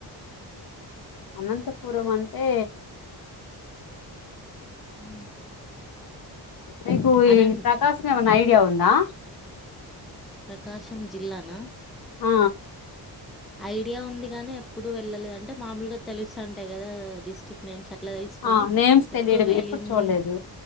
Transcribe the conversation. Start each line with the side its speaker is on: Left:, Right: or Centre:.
Left: అనంతపురం అంటే.
Centre: ఉమ్
Left: మీకు
Centre: అనంత్
Left: ఈ ప్రకాసన్ ఏమన్న ఐడియా ఉందా.
Centre: ప్రకాశం జిల్లానా.
Left: ఆ.
Centre: ఐడియా ఉంది గానీ ఎప్పుడు వెళ్ళలేద్ అంటే మాములుగా తెలుస్తంటాయి గదా డిస్టిక్. నేమ్స్ అట్లా దెల్స్ గాని
Left: ఆ నేమ్స్
Centre: ఎప్పుడు
Left: తెలియడమే
Centre: వెళ్ళింది‌.
Left: చూడలేదు